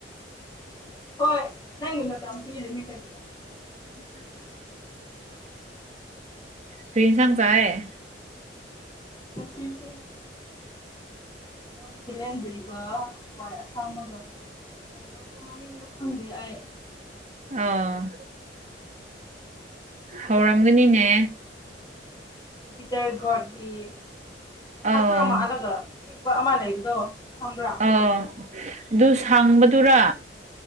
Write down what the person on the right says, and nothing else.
ꯀꯔꯤ ꯏꯟꯁꯥꯡ ꯆꯥꯏꯌꯦ
ꯑꯣ
ꯍꯧꯔꯝꯒꯅꯤꯅꯦ
ꯑꯧ
ꯑ ꯑꯗꯨ ꯁꯥꯡꯕꯗꯨꯔꯥ